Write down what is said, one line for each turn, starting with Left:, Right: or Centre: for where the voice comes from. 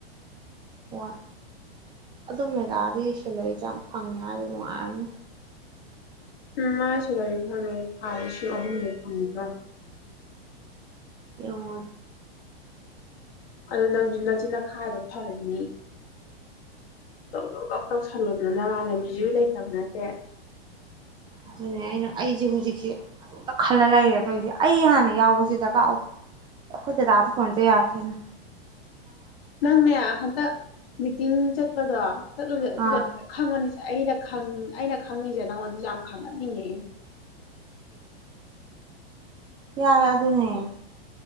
Right: ꯍꯣꯏ ꯑꯗꯨ ꯃꯦꯒꯥꯗꯤ ꯁꯦꯂꯔꯤꯁꯦ ꯌꯥꯝ ꯐꯪꯉꯦ ꯍꯥꯏꯗꯤ ꯅꯨꯡꯉꯥꯏꯔꯅꯤ
Left: ꯎꯝ ꯃꯥꯏꯁꯦꯂꯥꯏꯔꯤ ꯐꯪꯉꯦ ꯊꯥ ꯂꯤꯁꯤꯡ ꯑꯍꯨꯝꯗꯤ ꯐꯪꯉꯕ꯭ꯔꯥ
Right: ꯑꯉ
Left: ꯑꯗꯣ ꯅꯪꯁꯨ ꯅꯆꯤꯟꯅꯈꯥꯗꯣ ꯐꯔꯅꯤꯅꯤ ꯇꯧ ꯗꯧ ꯇꯧ ꯇꯧꯁꯜꯂꯣꯗ ꯅꯃꯥꯟꯅꯕꯤꯁꯨꯁꯨ ꯂꯩꯇꯕ ꯅꯠꯇꯦ
Right: ꯑꯗꯨꯅꯦ ꯑꯩꯅ ꯑꯩꯁꯦ ꯍꯧꯖꯤꯛꯁꯦ ꯑꯃꯇ ꯈꯜꯂ ꯂꯩꯔꯦ ꯇꯧꯔꯤꯁꯦ ꯑꯩ ꯍꯥꯟꯅ ꯌꯥꯎꯕꯁꯤ ꯗꯔꯀꯥꯔ ꯑꯣꯏ ꯑꯩꯈꯣꯏ ꯗꯗꯥꯗ ꯐꯣꯟꯗ ꯌꯥꯈꯤꯦꯅ
Left: ꯅꯪꯅꯦ ꯍꯟꯗꯛ ꯃꯤꯇꯤꯡ ꯆꯠꯄꯗꯣ ꯆꯠꯂꯨꯁꯦ ꯑꯗꯨꯒ
Right: ꯑꯥ
Left: ꯂꯣꯏ ꯈꯪꯉꯅꯤꯁꯦ ꯑꯩꯅ ꯑꯩꯅ ꯈꯪꯉꯤꯁꯦ ꯅꯉꯣꯟꯗ ꯌꯥꯝ ꯈꯪꯍꯟꯅꯤꯡꯉꯦ ꯑꯩꯅ
Right: ꯌꯥꯏ ꯑꯗꯨ ꯑꯗꯨꯅꯦ